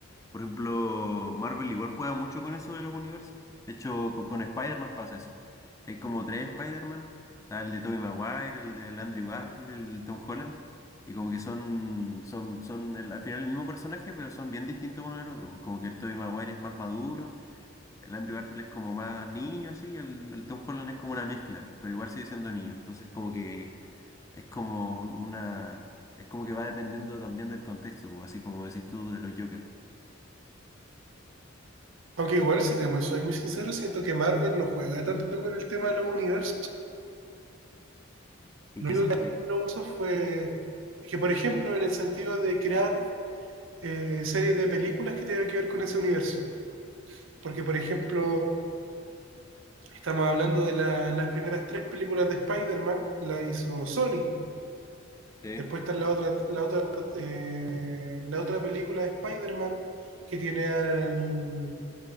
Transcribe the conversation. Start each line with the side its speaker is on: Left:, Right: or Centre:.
Left: Por ejemplo, Marvel igual juega mucho con eso de los universos. De hecho, co- con, Spider-Man pasa eso. Que hay como tres Spider-Man. Está el de Tobey Maguire, el de Andrew Garfield, el de Tom Holland. Y como que son, son, son el- al final el mismo personaje, pero son bien distintos uno del otro. pues. Como que el Tobey Maguire es más maduro. El Andrew Garfield es como más niño, así, el, el Tom Holland es como una mezcla, pero igual sigue siendo niño. Entonces como que es como un- una, es como que va dependiendo también del contexto, pues, así como decís tú de los Joker.
Right: Aunque igual, si te mu- soy muy sincero, siento que Marvel no juega tanto con el tema de los universos.
Left: ¿En
Right: Lo
Left: qué
Right: único
Left: sentido?
Right: que hizo los universos fue que, por ejemplo, en el sentido de crear eh, series de películas que tengan que ver con ese universo. Porque, por ejemplo, Estamos hablando de la- las primeras tres películas de Spider-Man, la hizo Sony.
Left: Sí,
Right: Después está la otra, la otra, eh, la otra película de Spider-Man que tiene al,